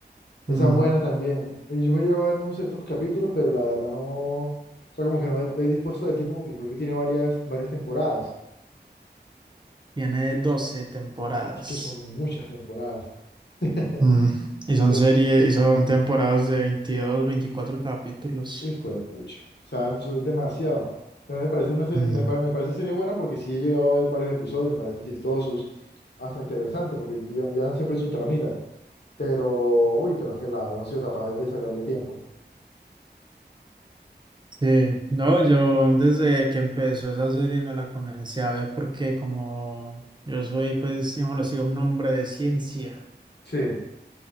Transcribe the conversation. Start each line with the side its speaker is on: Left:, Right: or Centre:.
Left: esa
Right: Mm,
Left: es buena también. Eh, Yo me llevo a ver unos ciertos capítulos, pero la verdad no, o sea, como que no he, he dispuesto del tiempo porque creo que tiene varias, varias temporadas.
Right: Tiene 12 temporadas.
Left: Es que son muchas temporadas. <laughs>
Right: Mm, Y
Left: Son
Right: son series, y son temporadas de 22, 24 capítulos.
Left: Hijo de pucha. O sea, eso es demasiado. A mí me parece una serie,
Right: Mm,
Left: me, pa- me parece serie buena porque sí he llegado a ver varios episodios, me parecen chistosos, hasta interesantes, porque lle- llevan siempre su tramita. Pero, uy, pero que claro, no han sido capaces de sacarle tiempo.
Right: Sí, no, yo desde que empezó esa serie me la comencé a ver porque como yo soy, pues, digamos, lo sigo un hombre de ciencia.
Left: Sí,